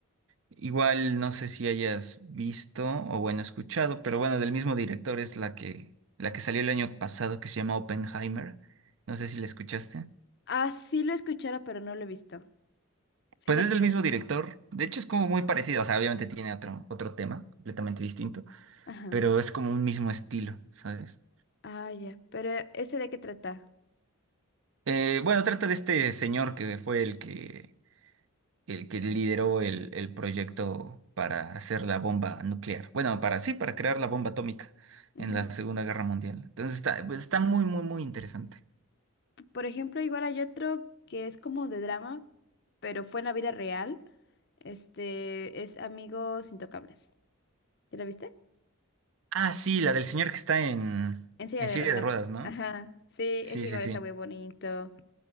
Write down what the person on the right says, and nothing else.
Igual no sé si hayas visto o bueno, escuchado, pero bueno, del mismo director es la que la que salió el año pasado que se llama Oppenheimer. No sé si la escuchaste.
Pues
es
del mismo
director. De hecho, es como muy parecido. O sea, obviamente tiene otro, otro tema completamente distinto,
pero es como un mismo estilo, ¿sabes?
Eh, bueno, trata de este señor que fue el que, el que lideró el, el proyecto para hacer la bomba nuclear. Bueno, para sí, para crear la bomba atómica
en la Segunda Guerra Mundial. Entonces está, está muy, muy, muy interesante.
Ah, sí, la del señor que está en,
en
silla
de ruedas, ¿no?
Sí,
sí,
sí.